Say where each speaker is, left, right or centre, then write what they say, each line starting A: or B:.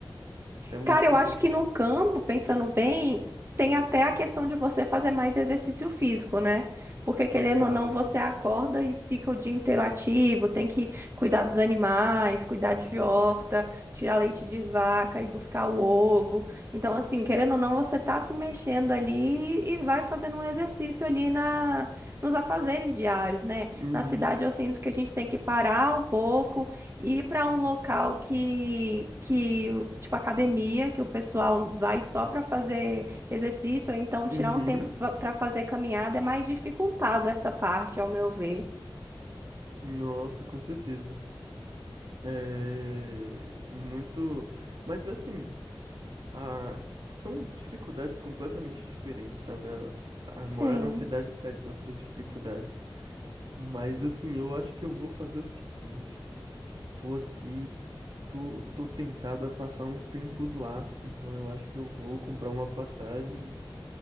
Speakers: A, on the right; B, on the right.
A: é muito
B: Cara, eu
A: bom.
B: acho que no campo, pensando bem, tem até a questão de você fazer mais exercício físico, né? Porque
A: Total.
B: querendo ou não, você acorda e fica o dia inteiro ativo, tem que cuidar dos animais, cuidar de horta, tirar leite de vaca e buscar o ovo. Então, assim, querendo ou não, você tá se mexendo ali e vai fazendo um exercício ali na nos afazeres diários, né?
A: Uhum,
B: Na cidade eu sinto que a gente tem que parar um pouco e ir para um local que, que, tipo academia, que o pessoal vai só para fazer exercício, ou então tirar
A: uhum.
B: um tempo para fazer caminhada, é mais dificultado essa parte, ao meu ver.
A: Nossa, com certeza. É muito, mas assim, a... são dificuldades completamente diferentes, sabe? A... a
B: Sim.
A: morar na cidade traz outras dificuldades, mas assim, eu acho que eu vou fazer o seguinte. Tô aqui, tô, tô tentado a passar uns tempos lá, então eu acho que eu vou comprar uma passagem